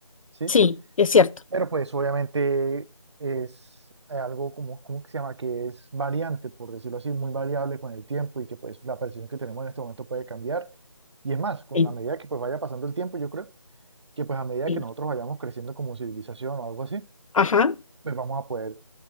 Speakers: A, on the right; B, on the left.
A: ¿sí?
B: sí, es cierto.
A: Pero pues obviamente es algo como, ¿cómo que se llama? Que es variante, por decirlo así, muy variable con el tiempo y que pues la percepción que tenemos en este momento puede cambiar. Y es más, con
B: Sí,
A: la medida que pues vaya pasando el tiempo, yo creo que pues a medida
B: sí.
A: que nosotros vayamos creciendo como civilización o algo así,
B: Ajá,
A: pues vamos a poder